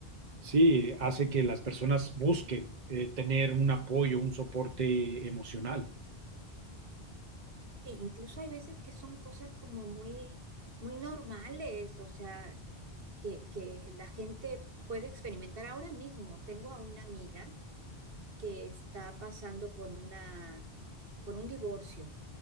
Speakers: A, on the right; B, on the right.
A: sí hace que las personas busquen eh, tener un apoyo, un soporte emocional.
B: E incluso hay veces que son cosas como muy, muy normales, o sea, que, que la gente puede experimentar ahora mismo. Tengo a una amiga que está pasando por una, por un divorcio.